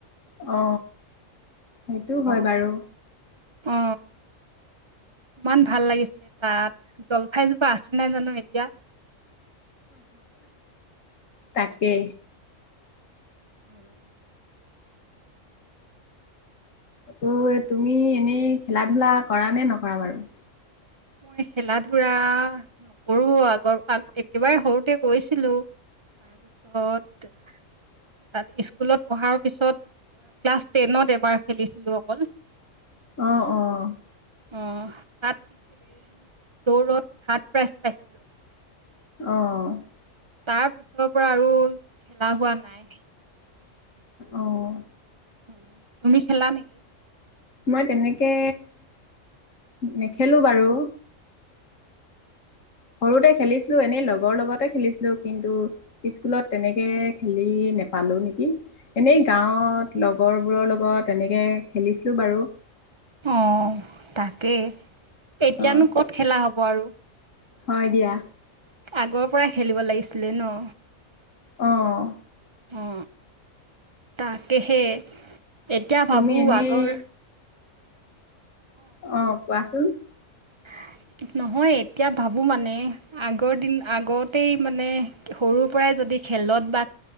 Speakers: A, on the left; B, on the right.
A: অ, সেইটো হয়
B: অ',
A: বাৰু।
B: অ, ইমান ভাল লাগিছিলে। তাত জলফাইজোপা আছে নাই জানো এতিয়া।
A: তাকে।
B: উম,
A: ত, তুমি এনেই খেলা ধূলা কৰা নে নকৰা বাৰু।
B: মই খেলা ধূলা নকৰো আগৰ একেবাৰে সৰুতে কৰিছিলো। তাৰপিছত তাত স্কুলত পঢ়াৰ পিছত ক্লাছ টেনত এবাৰ খেলিছিলো অকল।
A: অ', - অ',
B: অ, তাত পিছে দৌৰত থাৰ্ড প্ৰাইজ পাইছিলো। <unintelligible>
A: অ',
B: তাৰ পিছৰ পৰা আৰু খেলা হোৱা নাই।
A: অ',
B: উম, তুমি খেলা নেকি?
A: মই তেনেকে নেখেলো বাৰু সৰুতে খেলিছিলো এনেই লগৰ লগতে খেলিছিলো, কিন্তু স্কুলত তেনেকে খেলি নেপালো নেকি। এনেই গাৱত লগৰবোৰৰ লগত এনেকে খেলিছিলো বাৰু।
B: অ, তাকেই এতিয়ানো
A: অ
B: ক'ত খেলা হ'ব আৰু।
A: হয় দিয়া।
B: আগৰ পৰা খেলিব লাগিছিলে ন।
A: অ',
B: অ, তাকেহে এতিয়া
A: তুমি
B: ভাবো
A: এনেই
B: আগৰ
A: অ, কোৱাচোন।
B: <inaudible> নহয়, এতিয়া ভাবো মানে আগৰ দিন আগতেই মানে সৰুৰ পৰাই যদি যদি খেলত বা